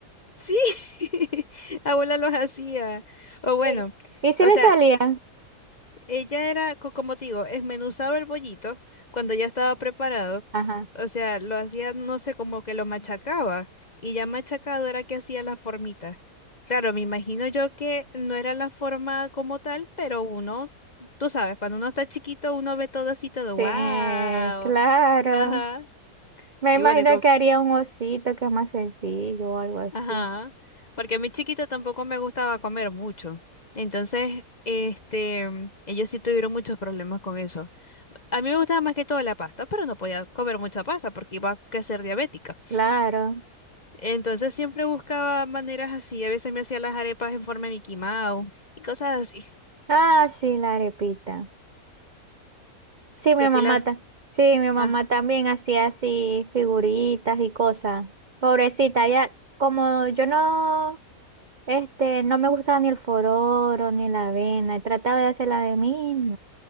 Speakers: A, on the left (about 30°); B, on the right (about 45°).
A: sí. <laughs> Abuela los hacía. O bueno,
B: Sí. ¿Y si
A: o
B: le
A: sea,
B: salía?
A: Ella era, co- como te digo, esmenuzaba el bollito cuando ya estaba preparado.
B: Ajá.
A: O sea, lo hacía, no sé, como que lo machacaba. Y ya machacado era que hacía la formita. Claro, me imagino yo que no era la forma como tal, pero uno, tú sabes, cuando uno está chiquito, uno ve todo así, todo,
B: Sí,
A: wow.
B: claro.
A: Ajá.
B: Me
A: Y
B: imagino
A: bueno,
B: que haría un osito que es más sencillo o algo así.
A: Ajá, porque a mi chiquita tampoco me gustaba comer mucho. Entonces, este, mm, ellos sí tuvieron muchos problemas con eso. A mí me gustaba más que todo la pasta, pero no podía comer mucha pasta porque iba a crecer diabética.
B: Claro.
A: Entonces siempre buscaba maneras así. A veces me hacía las arepas en forma de Mickey Mouse y cosas así.
B: Ah, sí, la arepita. Sí, mi
A: Yo
B: mamá,
A: fui la...
B: ta- sí, mi mamá
A: Ah,
B: también hacía así figuritas y cosas. Pobrecita, ya como yo no, este, no me gustaba ni el fororo ni la avena, trataba de hacerla de mí,